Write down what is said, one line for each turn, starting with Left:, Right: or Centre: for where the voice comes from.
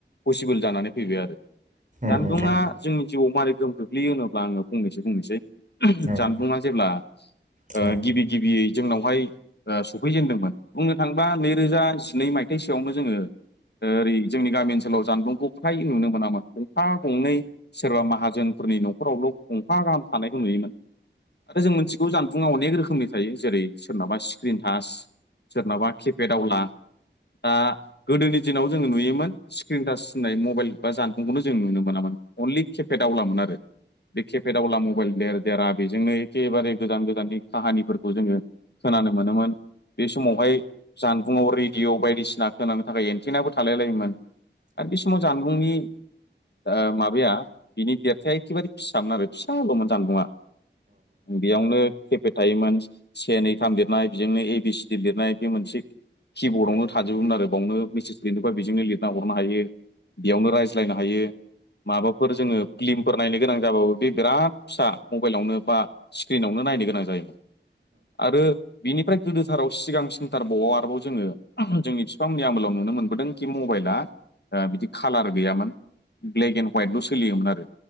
Left: पसिबोल जानानै फैबाय आरो जानबुङा
Right: औ नोंथां
Left: जोंनि जिउआव मारै गोहोम खख्लैयो होनोब्ला आङो फंनैसो बुंंनोसै बुंनोसै
Right: औ
Left: जानबुङा जेब्ला
Right: औ नोंथां औ नोंथां औ नोंथां औ नोंथां औ नोंथां औ नोंथां औ नोंथां औ नोंथां औ नोंथां औ
Left: ओ गिबि गिबियै जोंनावहाय ओ सफैजेनदोंमोन बुंनो थांबा नैरोजा जिनै माय मायथाइसोआवनो जोङो ओ ओरै जोंनि गाम ओनोलाव जानबुंखौ फ्राय नुनो मोनामोन फा गंनै सोरबा माहाजोनफोरनि न'खरावल' गंफा गाहाम थानायखौ नुयोमोन आरो जों मोनथिगौ जानबुङा अनेक रोखोमनि थायो जेरै सोरनाबा स्क्रिन टास सोरनाबा किपेड आवला दा गोदोनि दिनाव जोङो नुयोमोन स्क्रिन टास होननाय मबाइल बा जानबुंखौनो जों नुनो मोनामोन अनलि केफेट आवलामोन आरो बे केफेद आवला मबाइल देर देरा बेजोंनो एखेबारे गोजान गोजाननि काहानिफोरखौ जोङो खोनानो मोनोमोन बे समावहाय जान बुङाव रेडियअ बायदिसिना खोनानो थाखाय एन्टिनाबो थालाय लायोमोन आरो बे समाव जानबुंनि ओ माब बाया बिनि देरथाया एखेबारे फिसामोन आरो फिसा ल'मोन जानबुङा बेयावनो खेपेट थायोमोन से नै थाम लिरनाय बेजोंनो ए बि सि डि लिरनाय बे मोनसे किबर्डआवनो थाजोबोमोन आरो बावनो मेसेज लिरनोबा बेजोंनो लिरना हरनो हायो बेयावनो रायज्लायनो हायो माबाफोर जोङो फिलिमफोर नायनो गोनां जाबाबो बे बिराद फिसा मबाइलावनो बा स्क्रिनावनो नायनो यै गोनां जायो आरो बिनिफ्राय गोदोथाराव सिगां सिनथारबाव आरोबाव जोङो जोंनि बिफामोननि आमोलाव नु नुनो मोनबोदों खि मबाइला ओ बिदि खालार गैयामोन ब्लेक एनद सोलियोमोन आरो